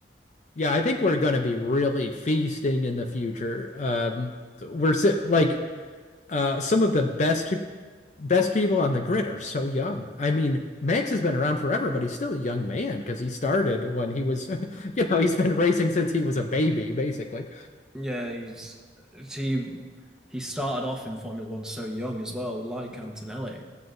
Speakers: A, on the left (about 40°); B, in the centre.
A: Yeah, I think we're going to be really feasting in the future. Um, we're si- like uh, some of the best best people on the grid are so young. I mean, Max has been around forever, but he's still a young man because he started when he was, <laughs> you know, he's been racing since he was a baby, basically.
B: Yeah, he's he he started off in Formula One so young as well, like
A: Yeah.
B: Antonelli.